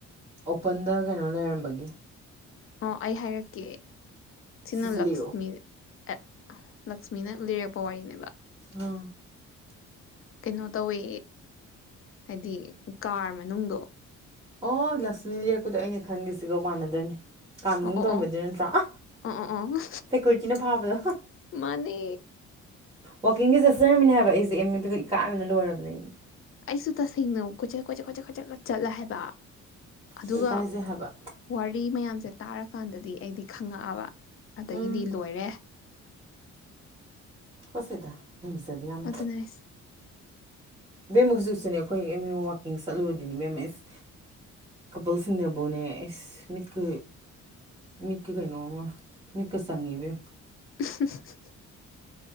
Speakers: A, on the right (about 15°); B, on the left (about 45°).
A: ꯑꯣꯄꯟꯗ ꯀꯩꯅꯣ ꯂꯩꯔꯝꯕꯅꯤ
B: ꯑꯣ ꯑꯩ ꯍꯥꯏꯔꯛꯀꯦ ꯆꯤꯟꯅ
A: ꯁꯠ-ꯁꯠ
B: ꯂꯛꯁꯃꯤ
A: ꯂꯤꯔꯛꯑꯣ
B: ꯑꯦ ꯂꯛꯁꯃꯤꯅ ꯂꯤꯔꯛꯄ ꯋꯥꯔꯤꯅꯦꯕ
A: ꯑꯥ
B: ꯀꯩꯅꯣ ꯇꯧꯋꯤ ꯍꯥꯏꯗꯤ ꯀꯥꯔ ꯃꯅꯨꯡꯗꯣ
A: ꯑꯣ ꯂꯛꯁꯃꯤ ꯂꯤꯔꯛꯄꯗꯣ ꯑꯩꯅ ꯈꯟꯒꯁꯤꯒꯣ ꯃꯥꯟꯅꯗꯨꯅꯤ ꯀꯥꯔ ꯃꯅꯨꯡ
B: ꯑꯣ ꯑꯣ
A: ꯇꯧꯔꯝꯕꯗꯨ ꯅꯠꯇ꯭ꯔꯣ
B: ꯑꯣ ꯑꯣ ꯑꯣ ꯑꯣ
A: ꯁꯦꯀ꯭ꯌꯨꯔꯤꯇꯤꯅ ꯐꯥꯕꯗꯣ
B: ꯃꯥꯅꯦ
A: ꯋꯥꯀꯤꯡꯁꯦ ꯆꯠ ꯆꯔꯝꯃꯤꯅꯦ ꯍꯥꯏꯕ ꯑꯩꯁꯦ ꯏꯀꯥꯏꯕꯅ ꯂꯣꯏꯔꯕꯅꯦ ꯑꯩ
B: ꯑꯩꯁꯨ ꯇꯁꯦꯡꯅꯧ ꯀꯣꯏꯆꯠ ꯀꯣꯏꯆꯠ ꯀꯣꯏꯆꯠ ꯀꯣꯏꯆꯠꯀ ꯆꯠꯂꯦ ꯍꯥꯏꯕ ꯑꯗꯨꯒ
A: ꯑꯗꯨ ꯏꯀꯥꯏꯖꯩ ꯍꯥꯏꯕ
B: ꯋꯥꯔꯤ ꯃꯌꯥꯝꯁꯦ ꯇꯥꯔꯛ ꯀꯥꯟꯗꯗꯤ ꯑꯩꯗꯤ ꯈꯪꯉꯛꯑꯕ ꯑꯗꯒꯤꯗꯤ
A: ꯎꯝ
B: ꯂꯣꯏꯔꯦ
A: ꯇꯨꯀꯠꯆꯩꯗ ꯂꯦꯝꯖꯗꯦ ꯌꯥꯝ
B: ꯑꯗꯨꯅ ꯑꯩꯁ
A: ꯕꯦꯝꯃ ꯍꯧꯖꯤꯛꯁꯨꯅꯦ ꯑꯩꯈꯣꯏ ꯑꯦꯝ ꯌꯨ ꯋꯀꯤꯡ ꯆꯠꯂꯨꯔꯤꯅꯤ ꯏꯕꯦꯝꯃ ꯑꯦꯁ ꯀꯄꯜꯁꯤꯡꯅꯕꯨꯅꯦ ꯑꯦꯁ ꯃꯤꯠꯀ ꯃꯤꯠꯀ ꯀꯩꯅꯣꯃ ꯃꯤꯠꯀ ꯆꯪꯉꯦ ꯏꯕꯦꯝ
B: <unintelligible>